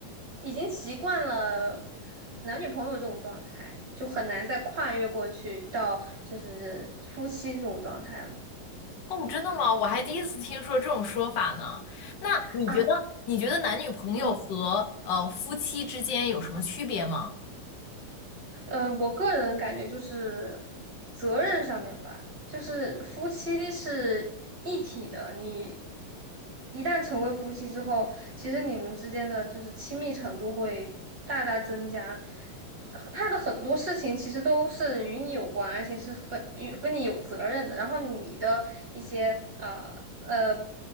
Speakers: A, on the right (about 30°); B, on the left (about 70°).
A: 已经习惯了男女朋友这种状态，就很难再跨越过去到就是夫妻这种状态了。
B: 哦，真的吗？我还第一次听说这种说法呢。那你觉得，
A: 啊，
B: 你觉得男女朋友和呃夫妻之间有什么区别吗？
A: 嗯。呃，我个人感觉就是责任上面吧，就是夫妻是一体的。你一旦成为夫妻之后，其实你们之间的就是亲密程度会大大增加。呃他的很多事情其实都是与你有关，而且是很与和你有责任的。然后你的一些呃呃，